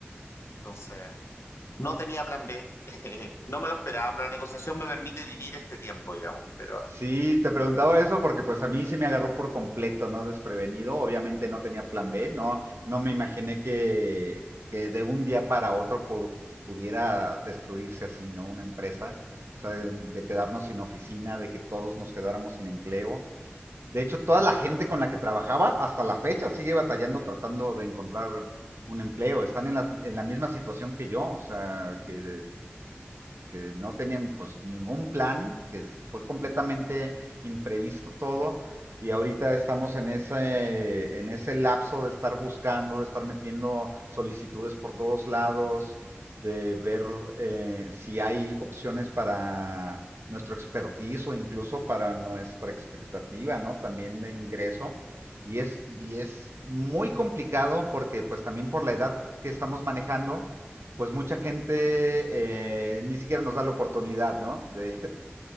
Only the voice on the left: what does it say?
entonces no tenía plan B, <laughs> no me lo esperaba, pero la negociación me permite vivir este tiempo, digamos, pero...